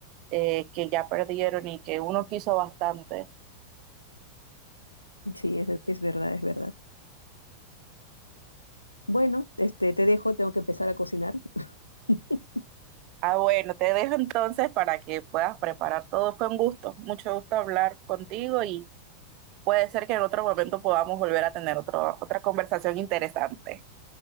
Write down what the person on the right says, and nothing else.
eh, que ya perdieron y que uno quiso bastante.
Ah, bueno, te dejo entonces para que puedas preparar todo. Fue un gusto, mucho gusto hablar contigo y puede ser que en otro momento podamos volver a tener otro, otra conversación interesante.